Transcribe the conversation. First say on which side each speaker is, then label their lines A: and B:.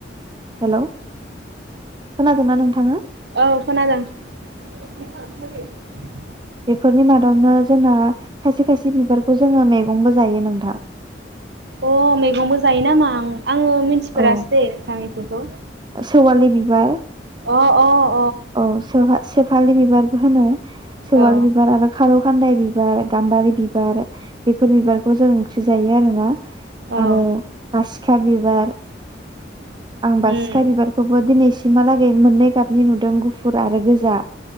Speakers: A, on the right (about 25°); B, on the right (about 65°).
A: हेलौ खोनादोंना नोंथाङा?
B: औ खोनादों। <unintelligible>
A: फोरनि मादावनो जोंना खायसे खायसे बिबारखौ जोङो मे गंबो जायो नोंथां।
B: ओ मैगंबो जायो नामा आं आङो मिथिफेरासै
A: औ
B: दे नोंथां इद बेखौ
A: सेवालि बिबार
B: अ अ
A: अ सेवहा सेफालि बिबारबो होनो सेवालि
B: अ औ
A: बिबार आरो खार' फानदाय बिबार गाम्बारि बिबार बेफोर बिबारखौ जों ओंख्रि जायो आरोना?
B: औ
A: आरो पास खा बिबार आं बासिखा
B: उम
A: बिबारखौबो दिनैस सिमहालागै मोननै गाबनि नुदों गुफुर आरो गोजा